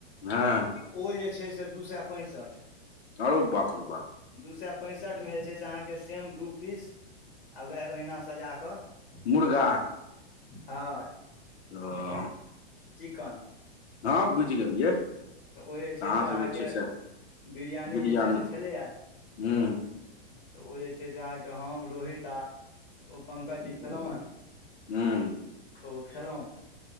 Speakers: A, on the left; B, on the left.
A: हँ
B: ओ जे छै से दू सए पैंसठ
A: आरू बापरू बाप
B: दू सए पैंसठमे जे छै से अहाँके सेम दू पीस आ वएह ओहिना सजा कऽ
A: मुर्गा
B: हँ
A: <unintelligible>
B: चिकन
A: हँ बुझ गेलियै
B: तऽ ओ जे छै
A: अहाँ
B: से
A: सब
B: अहाँके
A: जे छै से
B: बिरयानी
A: बिरियानी
B: जे छै से छलैय तऽ
A: हूँ
B: ओ जे छै से अहाँकेँ हम रोहित आ ओ पंकजी छलहुँ हेँ
A: हूँ।
B: तऽ ओ खेलहुँ